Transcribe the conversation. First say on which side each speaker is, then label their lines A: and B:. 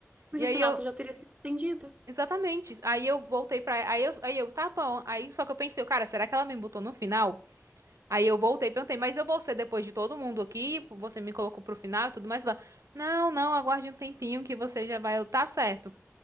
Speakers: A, on the right; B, on the right.
A: Porque
B: E aí
A: senão
B: eu,
A: tu já teria sido atendida.
B: exatamente. Aí eu voltei pra. Aí eu, aí eu, tá bom. Aí só que eu pensei, cara, será que ela me botou no final? Aí eu voltei, e perguntei, mas eu vou ser depois de todo mundo aqui? Você me colocou pro final e tudo mais lá. Não, não, aguarde um tempinho que você já vai. Eu, tá certo.